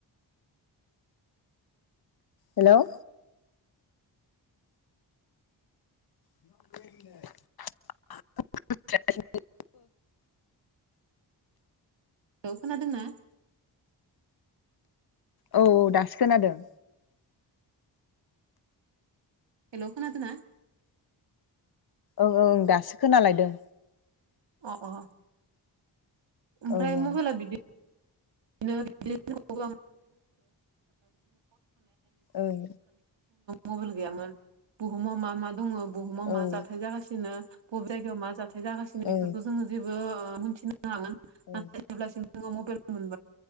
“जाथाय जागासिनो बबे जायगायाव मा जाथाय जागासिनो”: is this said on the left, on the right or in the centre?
Right